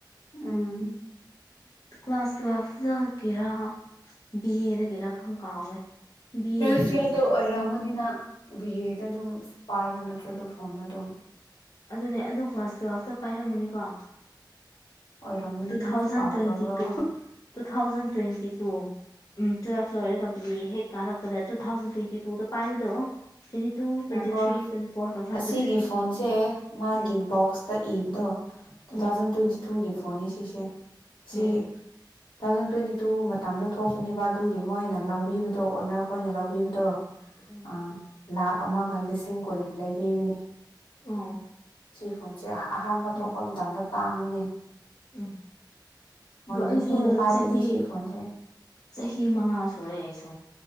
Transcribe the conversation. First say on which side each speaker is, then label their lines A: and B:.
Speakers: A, on the left; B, on the left.
A: ꯎꯝ
B: ꯀ꯭ꯂꯥꯁ ꯇꯨꯋꯦꯜꯐꯇꯒꯤꯔꯥ ꯕꯤ ꯑꯦꯗꯒꯤꯔꯥ ꯈꯪ ꯀꯥꯎꯋꯦ ꯕꯤ
A: ꯇ
B: ꯑꯦꯗꯒꯤ
A: ꯇꯨꯋꯦꯜꯇ
B: ꯑꯣꯏꯔꯝꯒꯅꯤ
A: ꯑꯣꯏꯔꯝꯃꯅꯤꯅ ꯕꯤ ꯑꯦꯗ ꯑꯗꯨꯝ ꯄꯥꯏꯕ ꯅꯠꯇ꯭ꯔꯗ ꯐꯣꯟꯗ ꯑꯗꯨꯝ
B: ꯑꯗꯨꯅꯦ ꯑꯗꯨ ꯀ꯭ꯂꯥꯁ ꯇꯨꯋꯦꯜꯐꯇ ꯄꯥꯏꯔꯝꯃꯅꯤꯀꯣ
A: ꯑꯣꯏꯔꯝꯅꯤ
B: ꯇꯨ
A: ꯅꯪꯁꯨ
B: ꯊꯥꯎꯖꯟ
A: ꯀꯥꯎꯈ꯭ꯔꯕ꯭ꯔꯣ
B: ꯇ꯭ꯋꯦꯟꯇꯤ two two thousand twenty two ꯎꯝ ꯇꯨꯋꯦꯜꯞ ꯂꯣꯏꯔꯒ ꯕꯤ ꯍꯦꯛ ꯀꯥꯔꯛꯄꯗ ꯇꯨ ꯊꯥꯎꯖꯟ ꯇ꯭ꯋꯦꯟꯇꯤ ꯇꯨꯗ ꯄꯥꯏꯕꯗꯣ ꯇ꯭ꯋꯦꯟꯇꯤ ꯇꯨ ꯇ꯭ꯋꯦꯟꯤ
A: ꯉꯥꯏꯈꯣ
B: ꯊ꯭ twenty four twenty five
A: ꯑꯁꯤꯒꯤ
B: twenty ꯁꯤꯛꯁ
A: ꯐꯣꯟꯁꯦ ꯃꯥꯒꯤ
B: ꯎꯝ
A: ꯕꯣꯛꯁꯇ ꯏꯕꯗꯣ ꯇꯨ
B: ꯎꯝ
A: ꯊꯥꯎꯖꯟ ꯇ꯭ꯋꯦꯟꯇꯤ ꯇꯨꯒꯤ ꯐꯣꯟ ꯐꯣꯅꯤ ꯁꯤꯁꯦ ꯁꯤ
B: ꯎꯝ
A: ꯇꯨ ꯊꯥꯎꯖꯟ ꯇ꯭ꯋꯦꯟꯇꯤ ꯇꯨ ꯃꯇꯝꯗ ꯊꯣꯛꯄꯅꯦꯕ ꯑꯗꯨꯒꯤ ꯃꯣꯏꯅ ꯂꯧꯕꯤꯕꯗꯣ ꯑꯣꯅꯔꯈꯣꯏꯅ ꯂꯧꯕꯤꯕꯗꯣ
B: ꯎꯝ
A: ꯑ ꯂꯈ ꯑꯃꯒ ꯂꯤꯁꯤꯡ ꯀꯨꯟꯒꯤ ꯂꯩꯕꯤꯕꯅꯤ
B: ꯑꯣ
A: ꯁꯤ ꯐꯣꯟꯁꯦ ꯑꯍꯥꯟꯕ ꯊꯣꯛꯄ
B: ꯎꯝ
A: ꯃꯇꯝꯗ ꯇꯥꯡꯕꯨꯅꯦ
B: ꯎꯝ ꯑꯗꯨ ꯑꯩꯁꯨ
A: ꯅꯨꯄꯤꯅ ꯄꯥꯏꯕꯅꯦ
B: ꯆꯍꯤ
A: ꯁꯤ ꯐꯣꯟꯁꯦ
B: ꯆꯍꯤ ꯃꯉꯥ ꯁꯨꯔꯦ ꯑꯩꯁꯨ